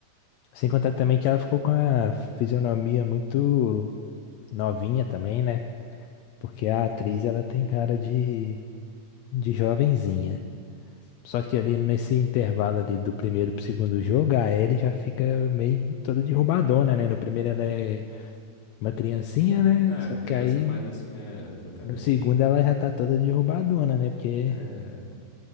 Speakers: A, on the left; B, on the left.
A: Sem contar também que ela ficou com a fisionomia muito novinha também, né? Porque a atriz ela tem cara de, de jovenzinha. Só que ali nesse intervalo ali do primeiro pro segundo jogo, a Ellie já fica meio toda derrubadona, né? No primeiro ela é uma criancinha, né?
B: Ah,
A: Só
B: criança
A: que aí
B: mais assim, é, exatamente.
A: no segundo ela já tá toda derrubadona, né? Porque
B: É.